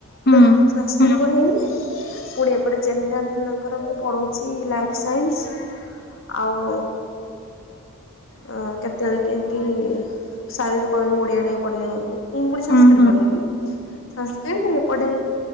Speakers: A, on the left; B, on the left.
A: ହୁଁ
B: ହେଲା, ସାଂସକିଟ୍
A: ହୁଁ
B: ପଢ଼େଇଲି, ପୁଣି ଏପଟେ ଜେନେରାଲ୍ ପିଲାଙ୍କର ତ ମୁଁ ପଢ଼ଉଛି ଲାଇଫ୍ ସାଇନ୍ସ। ଆଉ ଅଁ, କେତେବେଳେ କେମତି, ସାର୍ ଯଦି କହିବେ ଓଡ଼ିଆ ଟିକେ ପଢ଼େଇ ଦିଅନ୍ତୁ। ମୁଁ ପୁଣି ସାଂସକିଟ୍
A: ହୁଁ ହୁଁ
B: ପଢ଼େଇବି, ସାଂସକିଟ୍ ଏପଟେ